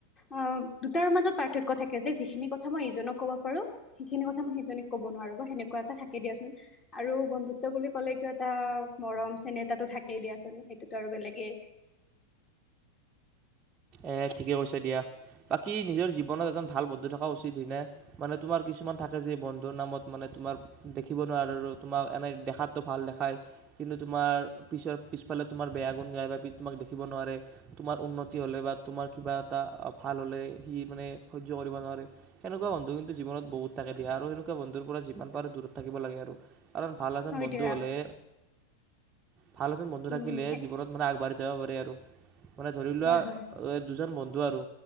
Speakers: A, on the left; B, on the right.
A: অ' তাৰ মাজত পাৰ্থক্য থাকে যে যিখিনি কথা মই ইজনক ক'ব পাৰো সেইখিনি কথা মই সিজনীক ক'ব নোৱাৰো বা সেনেকুৱা এটা থাকে দিয়াচোন আৰু বন্ধুত্ব বুলি ক'লেটো এটা মৰম চেনেহটো থাকেই দিয়াচোন সেইটোতো আৰু বেলেগেই।
B: এ ঠিকে কৈছে দিয়া বাকী নিজৰ জীৱনত এজন ভাল বন্ধু থকা উচিত হিনে <unintelligible> মানে তোমাৰ কিছুমান থাকে যে বন্ধুৰ নামত মানে তোমাৰ দেখিব নোৱাৰে আৰু তোমাক এনে দেখাতো ভাল দেখাই কিন্তু তোমাৰ পিছৰ পিছফালে তোমাৰ বেয়া গুণ গাই বা তোমাক দেখিব নোৱাৰে তোমাৰ উন্নতি হ'লে বা তোমাৰ কিবা এটা ভাল হ'লে সি মানে সহ্য কৰিব নোৱাৰে সেনেকুৱা বন্ধু কিন্তু জীৱনত বহুত থাকে দিয়া আৰু সেনেকুৱা বন্ধুৰ পৰা যিমান পাৰে দূৰত থাকিব লাগে আৰু। কাৰণ ভাল এজন
A: হয়
B: বন্ধু
A: দিয়া
B: হ'লে ভাল এজন বন্ধু
A: উম,
B: থাকিল জীৱনত সদায় আগবাঢ়ি য বৰে আৰু মানে ধৰি লোৱা।
A: হয় হয়
B: দুজন বন্ধু আৰু